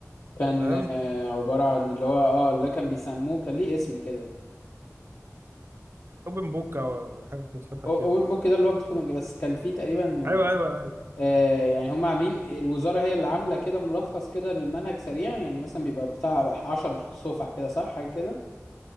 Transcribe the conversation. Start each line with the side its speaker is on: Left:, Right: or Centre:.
Left: كان
Right: فاهم
Left: آه، عبارة عن اللي هو اه اللي كان بيسموه كان ليه اسم كده
Right: اوبن بوك او حاجه شبه
Left: أو-
Right: كده
Left: اوبن بوك ده اللي هو بتاخد من- بس كان فيه تقريبا آه،
Right: ايوه ايوه
Left: آه، يعني هم عاملين الوزارة هي اللي عاملة كده ملخص كده للمنهج سريع يعني مثلا بيبقى بتاع عشر صفح كده صح حاجة كده